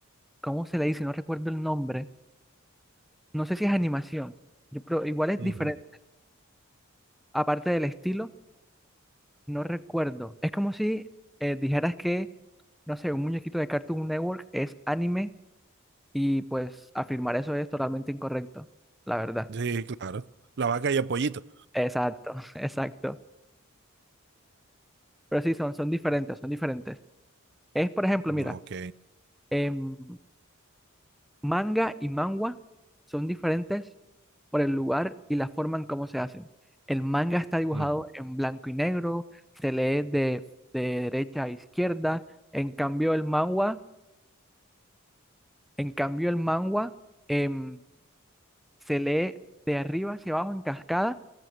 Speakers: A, in the centre; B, on the right.
A: ¿cómo se le dice? No recuerdo el nombre. No sé si es animación, yo, pero igual es
B: Ujú.
A: diferente. Aparte del estilo, no recuerdo. Es como si eh, dijeras que, no sé, un muñequito de Cartoon Network es anime Y pues afirmar eso es totalmente incorrecto, la verdad.
B: Sí, claro. La vaca y el pollito.
A: Exacto, <laughs> exacto. Pero sí, son, son diferentes, son diferentes. Es, por ejemplo, mira,
B: Ok.
A: em, manga y manhwa son diferentes por el lugar y la forma en cómo se hacen. El manga está dibujado
B: Ujú.
A: en blanco y negro, se lee de, de derecha a izquierda. En cambio, el manhwa, en cambio, el manhwa em, se lee de arriba hacia abajo en cascada